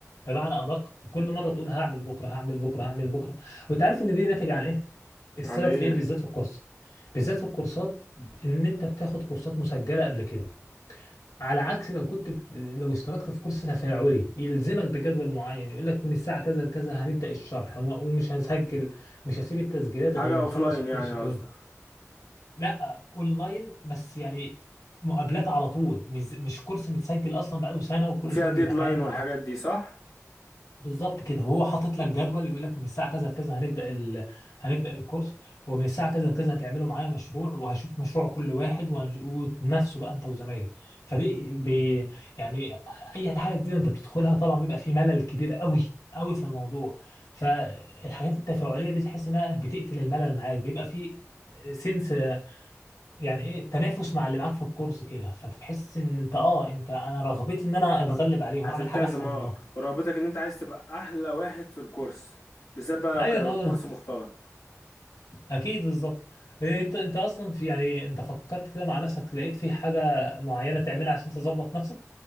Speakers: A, on the left; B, on the left.
A: بمعنى ادق كل مره تقول هعمل بكره هعمل بكره هعمل بكره وانت عارف ان دي ناتج عن ايه؟ السبب
B: يعني ايه
A: في ايه بالذات في الكورس بالذات في الكورسات ان انت بتاخد كورسات مسجله قبل كده على عكس لو كنت بت- لو اشتركت في كورس تفاعلي يلزمك بجدول معين يقول لك من الساعة كذا لكذا هنبدأ الشرح وم- ومش هنسجل مش هسيب التسجيلات
B: حاجه
A: غير ما
B: اوفلاين
A: اخلص الكورس
B: يعني قصدك
A: كله لا اونلاين بس يعني مقابلات على طول مش مش كورس متسجل اصلا بقاله سنة وكل
B: وفيها
A: شوية
B: ديدلاين
A: بيتعاد
B: والحاجات دي صح
A: بالظبط كده وهو حاطط لك جدول يقول لك من الساعه كذا لكذا هنبدا ال... هنبدا الكورس ومن الساعه كذا لكذا هتعملوا معايا مشروع وهشوف مشروع كل واحد وهنج- وتنافسوا بقى انت وزمايلك فدي ب... يعني اي حاجه جديده انت بتدخلها طبعا بيبقى في ملل كبير قوي قوي في الموضوع فالحاجات التفاعليه دي تحس انها بتقتل الملل معاك بيبقى في سنس يعني ايه تنافس مع اللي معاك في الكورس كده فتحس ان انت اه انت انا رغبتي ان انا اتغلب عليهم
B: هتلتزم
A: اعمل حاجه احسن
B: اه
A: منهم
B: ورغبتك ان انت عايز تبقى احلى واحد في الكورس بالذات بقى لو
A: ايوه
B: كان
A: إن هو
B: الكورس مختلط
A: اكيد بالظبط إيه، انت انت اصلا في يعني انت فكرت كده مع نفسك لقيت في حاجه معينه تعملها عشان تظبط نفسك